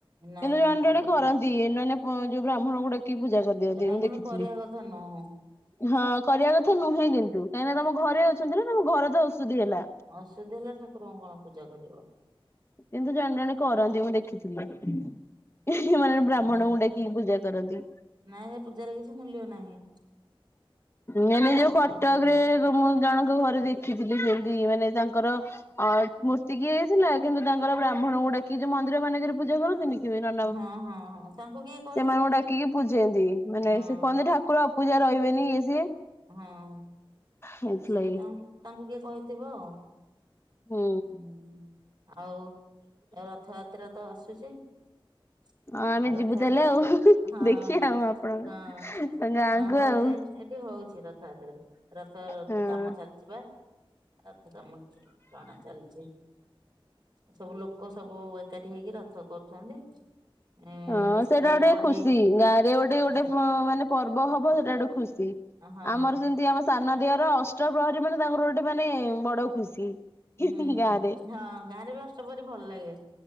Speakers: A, on the right (about 50°); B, on the left (about 25°).
A: ନାଇଁ
B: କିନ୍ତୁ ଜଣେ
A: ହବନି।
B: ଜଣେ କରନ୍ତି ଏନାନେ ଯୋଉ ପ ବ୍ରାହ୍ମଣ କୁ ଡାକି କି ପୂଜା କରିଦିଅନ୍ତି
A: ନା
B: ମୁଁ
A: କିନ୍ତୁ
B: ଦେଖିଥିଲି।
A: କରିବା କଥା ନୁହଁ
B: ହଁ କରିବା କଥା ନୁହେଁ କିନ୍ତୁ କାହିଁକିନା ତମ ଘରେ ଅଛନ୍ତି ନା ତମ ଘର ତ ଅସୁଧି ହେଲା।
A: ଅସୁଧି ହେଲା ଠାକୁରଙ୍କୁ କଣ ପୂଜା କରିବ।
B: କିନ୍ତୁ ଜଣେ ଜଣେ କରନ୍ତି ମୁଁ ଦେଖିଥିଲି ମାନେ ବ୍ରାହ୍ମଣଙ୍କୁ
A: ହଁ
B: ଡାକିକି ପୂଜା କରନ୍ତି।
A: ନାଇଁ ହେ ପୂଜାର କିଛି ମୂଲ୍ୟ ନାହିଁ।
B: ମାନେ
A: ପୂଜା
B: ଯୋଉ କଟକ
A: କରନ୍ତିନି
B: ରେ ମୁଁ ଜଣଙ୍କ ଘରେ ଦେଖି ଦେଖଥିଲି ସେମିତି ମାନେ ତାଙ୍କର ଅ ମୂର୍ତ୍ତି କିଏ ହେଇଥିଲା କିନ୍ତୁ ତାଙ୍କର ବ୍ରାହ୍ମଣ କୁ ଡାକି ଯଉ ମ ମନ୍ଦିର ମାନଙ୍କରେ ପୂଜା କରନ୍ତିନି। ନନା
A: ହଁ ହଁ ହଁ ତାଙ୍କୁ କିଏ କହିଥିବ
B: ସେମାନଙ୍କୁ ଡାକିକି ପୂଜନ୍ତି ମାନେ
A: ହଁ
B: ସେ କହନ୍ତି ଠାକୁର ପୂଜା ରହିବେନି ଏ ସିଏ।
A: ହଁ
B: ହେଇଥିଲାଗି
A: ସେ ତାଙ୍କୁ ତାଙ୍କୁ କିଏ କହିଥିବ ଆଉ।
B: ହୁଁ।
A: ହୁଁ ଆଉ ରଥଯାତ୍ରା ତ ଆସୁଛି। <inaudible>
B: ହଁ ଆମେ
A: ରଥ
B: ଯିବୁ ତାହେଲେ ଆଉ
A: ହଁ
B: ଦେଖିବା ଆଉ ଆପଣଙ୍କ
A: ହଁ
B: ଗାଁକୁ
A: ହଉ
B: ଆଉ
A: ଯେ ଏଠି ହ ହଉଛି ରଥ ହାତରେ ରଥ
B: ହଁ।
A: କାମ ଚାଲିଛିିବା। ଏଥ କ ମୁ ଟଣା ଚାଲିଛି। ସବୁ ଲୋକ ସବୁ ଏକାଠି ହେଇକି ରଥ କରୁଛନ୍ତି। ଏ
B: ହଁ
A: ମିସ୍ତ୍ରୀ
B: ସେଇଟା ଗୋଟେ
A: ବଢେଇ
B: ଖୁସି ଗାଁ ରେ ଗୋଟେ ଗୋଟେ
A: ହଁ
B: ମାନେ ପର୍ବ ହବ ସେଟା ଗୋଟେ ଖୁସି।
A: ହଁ
B: ଆମର ସେମିତି ଆମ ସାନ ଦେହର ଅଷ୍ଟ ପ୍ରହରୀ ମାନେ ତାଙ୍କର ଗୋଟେ ମାନେ ବଡ ଖୁସି।
A: ହୁଁ
B: ଗାଁରେ
A: ହଁ ଗାଁରେ ବି ବଷ୍ଟ ପରି ଭଲ ଲାଗେ।